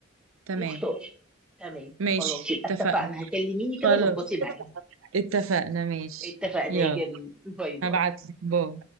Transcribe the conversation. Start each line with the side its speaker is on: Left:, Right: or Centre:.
Right: تمام
Centre: واختاري تمام
Right: ماشي
Centre: خلاص يبقى
Right: اتفقنا
Centre: اتفقنا هكلميني
Right: خلاص
Centre: كده ظبطي معايا
Right: اتفقنا ماشي
Centre: اتفقنا
Right: يلا
Centre: يا جميل باي باي
Right: هبعتلك باي